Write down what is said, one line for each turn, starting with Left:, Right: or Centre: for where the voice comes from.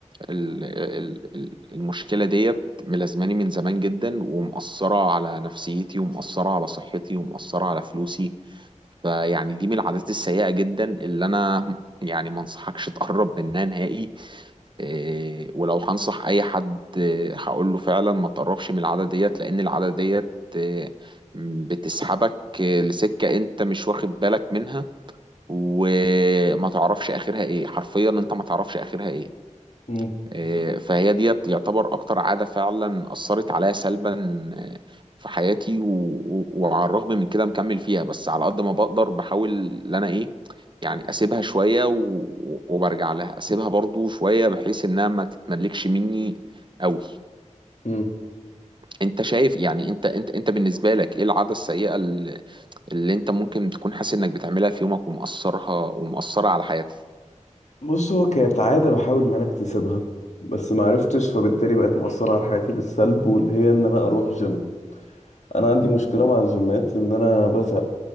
Right: ال- ال- ال- المشكلة ديت ملازماني من زمان جدا ومأثرة على نفسيتي ومأثرة على صحتي ومأثرة على فلوسي فيعني دي من العادات السيئة جدا اللي أنا يعني ما انصحكش تقرب منها نهائي إيه، ولو هنصح أي حد إيه، هقول له فعلا ما تقربش من العادة ديت لأن العادة ديت إيه، بتسحبك إيه، لسكة أنت مش واخد بالك منها وما تعرفش آخرها إيه حرفيا أنت ما تعرفش آخرها إيه
Left: مم.
Right: آه، فهي ديت يعتبر اكتر عادة فعلا اثرت عليا سلبا آه، في حياتي و... و- وعلى الرغم من كده مكمل فيها بس على قد ما بقدر بحاول ان انا ايه يعني اسيبها شوية و... وبرجع لها اسيبها برضو شوية بحيث انها ما تتملكش مني قوي
Left: مم.
Right: انت شايف يعني انت انت انت بالنسبة لك ايه العادة السيئة اللي, اللي انت ممكن تكون حاسس انك بتعملها في يومك ومأثرها ومأثرة على حياتك
Left: بص هو كانت عادة بحاول ان انا اكتسبها بس معرفتش فبالتالي بقت مؤثرة على حياتي بالسلب واللي هي ان انا اروح جيم انا عندي مشكله مع الجيمات ان انا بزهق